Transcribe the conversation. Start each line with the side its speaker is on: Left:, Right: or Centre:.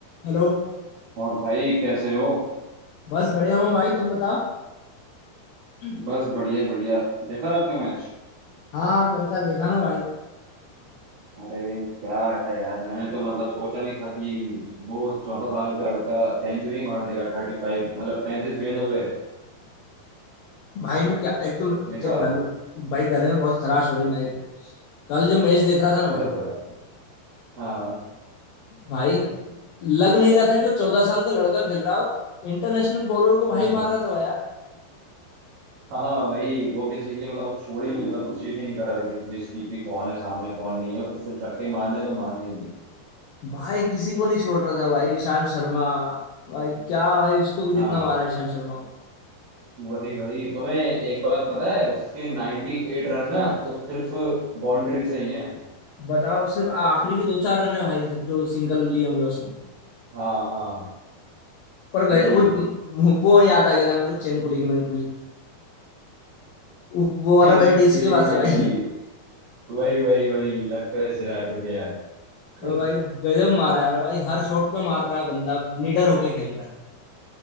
Left: हेलो
Right: और भाई कैसे हो
Left: बस बढ़िया हूँ भाई तुम बता हम्म।
Right: बस बढ़िया बढ़िया देखा रात का मैच
Left: हाँ कल का देखा ना भाई
Right: अरे क्या है यार मैंने तो मतलब सोचा नहीं था कि वो चौदह साल का लड़का सेंचुरी मार देगा थर्टी फाइव मतलब पैंतीस गेंदों पे
Left: भाई मैं क्या एकदम
Right: देखा
Left: क्या गलों भाई गले में बहुत खराश हो रही मेरे एक तो कल जब मैच देख रहा था ना भाई
Right: चलो कोई बात नहीं हाँ
Left: भाई लग नहीं रहा था कि वो चौदह साल का लड़का खेल रहा है और इंटरनेशनल बॉलर को भाई
Right: हम्म,
Left: मार रहा था भाई यार
Right: हाँ हाँ, वही वो किसी की मतलब छोड़ ही नहीं मतलब कोशिश ही नहीं करा था किसी चीज की कि कौन है सामने कौन नहीं है उसको छक्के मारने तो मारने ही है
Left: भाई किसी को नहीं छोड़ रहा था भाई ईशांत शर्मा भाई क्या भाई उसको भी कितना
Right: हाँ
Left: मारा ईशांत शर्मा को
Right: वही वही तुम्हें एक बात पता है उसके नाइनटी एट रन ना तो सिर्फ बाउंड्री से ही है
Left: बताओ सिर्फ आखिरी के दो चार रन है भाई सिर्फ जो सिंगल लिए होंगे उसने
Right: हाँ हाँ
Left: पर गज,
Right: यही
Left: वो
Right: है
Left: वो याद आ गया था मेरे को चेन कुली की मैन कुली वो वो वाला
Right: <laughs>
Left: भाई टीसी
Right: लेकिन
Left: के पास
Right: मैन
Left: है भाई
Right: बिली वही वही वही लगता है सिराज को यार <laughs>
Left: भाई गजब मारा है यार भाई हर शॉट पे मार रहा है बंदा निडर होके खेल रहा है